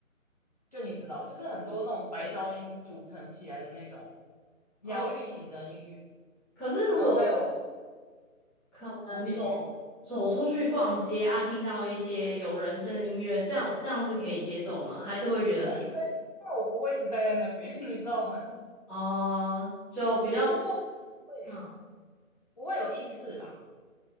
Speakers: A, on the left; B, in the centre.
A: 就你知道，就是很多那种白噪音组成起来的那种
B: 对，
A: 疗愈型的音乐，
B: 哦，可是如果是
A: 然后还有
B: 可能走走出去逛街啊，
A: 古典乐，
B: 听到一些有人声的音乐，这样这样是可以接受吗？还是会觉得很
A: 可以可以，但我不会一直待在那边，<laughs> 你知道吗？
B: 哦，就比较
A: 就路过不会
B: 嗯
A: 不会有意识啦。